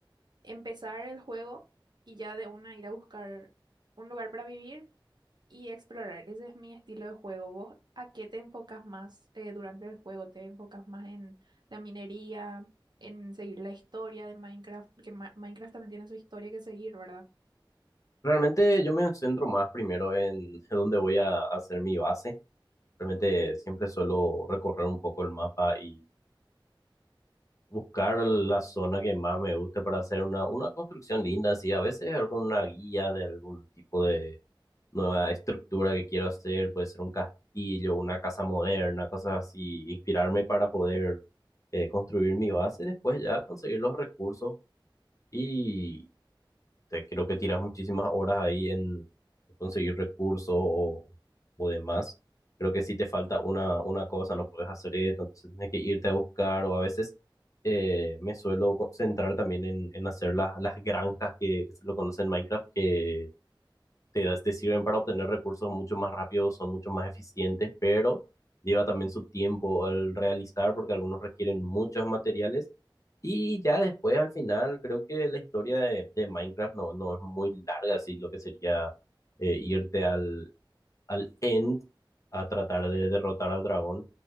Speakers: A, on the right; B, on the left.
A: empezar el juego y ya de una ir a buscar un lugar para vivir y explorar. Ese es mi estilo de juego. ¿Vos a qué te enfocas más eh, durante el juego? ¿Te enfocas más en la minería, en seguir la historia de Minecraft? Porque Ma- Minecraft también tiene su historia que seguir, ¿verdad?
B: Realmente yo me centro más primero en <laughs> dónde voy a hacer mi base. Realmente siempre suelo recorrer un poco el mapa y buscar la zona que más me guste para hacer una, una construcción linda, así a veces con una guía de algún tipo de nueva estructura que quiero hacer, puede ser un castillo, una casa moderna, cosas así, inspirarme para poder eh, construir mi base, después ya conseguir los recursos y te, creo que tiras muchísimas horas ahí en conseguir recursos o, o demás. Creo que si te falta una, una cosa, no puedes hacer esto, entonces tienes que irte a buscar o a veces eh, me suelo co- centrar también en, en hacer las, las granjas que, que se lo conocen en Minecraft, que te, da- te sirven para obtener recursos mucho más rápidos, son mucho más eficientes, pero lleva también su tiempo al realizar porque algunos requieren muchos materiales. Y ya después, al final, creo que la historia de, de Minecraft no, no es muy larga, así lo que sería eh, irte al, al end a tratar de derrotar al dragón.